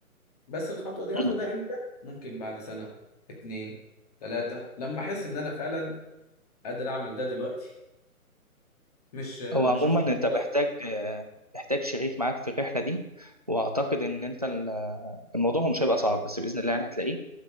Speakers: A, on the left; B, on the right.
A: بس الخطوة دي
B: م.
A: آخدها إمتى؟ ممكن بعد سنة اتنين تلاتة لما أحس إن أنا فعلا قادر أعمل ده دلوقتي مش
B: هو عموما
A: مش هخش
B: انت
A: خلاص
B: محتاج آه، محتاج شريك معاك في الرحله دي واعتقد ان انت ال- الموضوع مش هيبقى صعب بس باذن الله يعني هتلاقيه